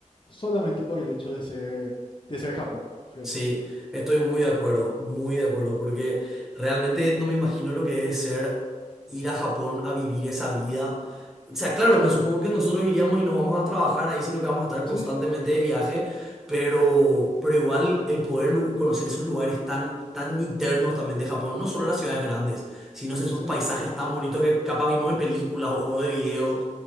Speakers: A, on the left; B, in the centre.
A: solamente por el hecho de ser, de ser Japón, creo
B: Sí,
A: yo.
B: estoy muy de acuerdo, muy de acuerdo, porque realmente no me imagino lo que es ser ir a Japón a vivir esa vida. O sea, claro, me supongo que nosotros iríamos y no vamos a trabajar ahí, sino que vamos a estar constantemente
A: Sí,
B: de viaje, pero, pero igual el poder lu- conocer esos lugares tan, tan internos también de Japón, no solo las ciudades grandes, sino esos
A: sí.
B: paisajes tan bonitos que capaz vimos en películas o juegos de video